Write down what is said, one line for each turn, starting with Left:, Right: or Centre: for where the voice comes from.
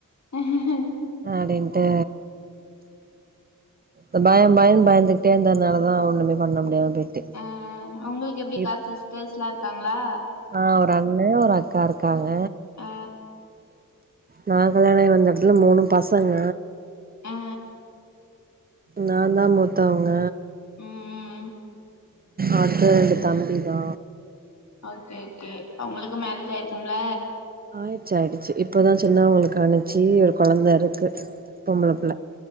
Left: அஹஹ் ஹ
Right: அப்டின்ட்டு இந்த பயொ பயொன் பயந்துக்கிட்டே இந்தனால தா ஒண்ணுமே பண்ண முடியாம போயிட்டு
Left: அ ஒங்களுக்கு எப்டிக்கா
Right: இப்
Left: சிஸ்டர்ஸ்லா இருக்காங்ளா
Right: ஆ ஒரு அண்ணே ஒரு அக்கா இருக்காங்க
Left: ஆ
Right: நா கல்யாணாயி வந்தெடத்துல மூனு பசங்க
Left: ஆ
Right: நா தா மூத்தவங்க
Left: ம் ம் ம்
Right: அடுத்தது ரெண்டு தம்பி தா
Left: ஓகே ஓகே அவுங்ளுக்கு மேரேஜ் ஆயிருக்கும்ல
Right: ஆயிருச்சு ஆயிடுச்சு இப்பதா சின்னவங்களுக்கு ஆனுச்சு ஒரு கொழந்த இருக்கு பொம்பள புள்ள